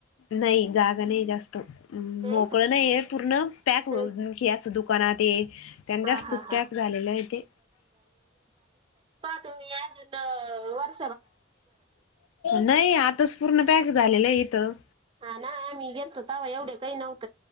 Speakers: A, on the left (about 85°); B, on the right (about 25°).
A: नाही जा जास्त
B: नाही
A: मोकळ नाही पूर्ण पॅक
B: हम्म.
A: की अस दुकानात त्यांना जास्तच
B: हा हा हा
A: पॅक झालेलं आहे ते.
B: तुम्ही अजून वर्ष
A: नाही आताच पूर्ण पॅक झालेलं आहे इथं.
B: हा ना? आम्ही गेलो तव एवढे काही नव्हत